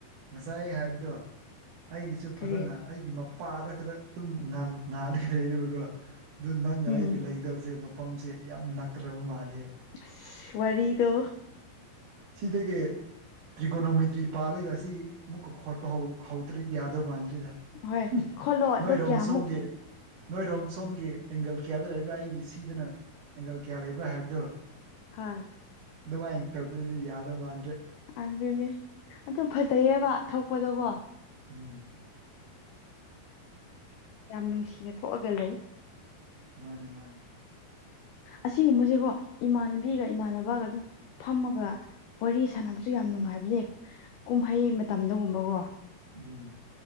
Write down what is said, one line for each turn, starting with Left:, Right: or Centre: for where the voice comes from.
Right: ꯉꯁꯥꯏ ꯍꯥꯏꯕꯗꯣ ꯑꯩꯒꯤꯁꯨ
Left: ꯀꯔꯤ
Right: ꯐꯖꯅ ꯑꯩꯒꯤ ꯃꯄꯥꯗ ꯈꯠꯇ ꯇꯨꯝ ꯉꯥꯜ ꯉꯥꯂꯒ ꯂꯩꯔꯤꯕꯀꯣ ꯑꯗꯨ ꯅꯪꯒ
Left: ꯎꯝ
Right: ꯑꯩꯒ ꯂꯩꯒꯗꯕꯁꯦ ꯃꯐꯝꯁꯦ ꯌꯥꯝ ꯅꯛꯀꯗꯕ ꯃꯥꯜꯂꯦ
Left: ꯑꯁ ꯋꯥꯔꯤꯗꯣ
Right: ꯁꯤꯗꯒꯤ ꯇ꯭ꯔꯤꯒꯣꯅꯣꯃꯤꯇ꯭ꯔꯤ ꯄꯥꯜꯂꯒ ꯑꯁꯤ ꯑꯃꯨꯛꯀ ꯈꯣꯠꯄ ꯍꯧ ꯍꯧꯗ꯭ꯔꯗꯤ ꯌꯥꯗꯧ ꯃꯥꯟꯗ꯭ꯔꯤꯗ
Left: ꯍꯣꯏ
Right: <unintelligible>
Left: ꯈꯣꯠꯂꯣ ꯑꯗꯣ
Right: ꯅꯣꯏ ꯔꯣꯝ
Left: ꯀꯌꯥꯃꯨꯛ
Right: ꯁꯣꯝꯒꯤ ꯅꯣꯏꯔꯣꯝ ꯁꯣꯝꯒꯤ ꯑꯦꯡꯒꯜ ꯀ꯭ꯌꯥꯗ ꯂꯩꯥꯕ꯭ꯔꯥ ꯑꯩꯒꯤ ꯁꯤꯗꯅ ꯑꯦꯡꯒꯜ ꯀ꯭ꯌꯥ ꯂꯩꯕ꯭ꯔꯥ ꯍꯥꯏꯕꯗꯣ
Left: ꯍꯣꯏ
Right: ꯑꯗꯨꯃꯥꯏꯟ ꯇꯧꯗ꯭ꯔꯗꯤ ꯌꯥꯗꯧ ꯃꯥꯟꯗ꯭ꯔꯦ
Left: ꯑꯗꯨꯅꯤ ꯑꯗꯨ ꯐꯖꯩꯌꯦꯕ ꯊꯣꯛꯄꯗꯨ ꯀꯣ
Right: ꯎꯝ
Left: ꯌꯥꯝ ꯅꯨꯡꯁꯤꯅ ꯊꯣꯛꯑꯒ ꯂꯩ
Right: ꯃꯥꯅꯦ ꯃꯥꯅꯦ
Left: ꯑꯁꯤꯒꯨꯝꯕꯖꯤꯀꯣ ꯏꯃꯥꯟꯅꯕꯤꯒ ꯏꯃꯥꯟꯅꯕꯒ ꯑꯗꯨꯝ ꯐꯝꯃꯒ ꯋꯥꯔꯤ ꯁꯥꯟꯅꯕꯁꯨ ꯌꯥꯝ ꯅꯨꯡꯉꯥꯏꯕꯅꯦ ꯀꯨꯝꯍꯩ ꯃꯇꯝꯗꯒꯨꯝꯕꯀꯣ
Right: ꯎꯝ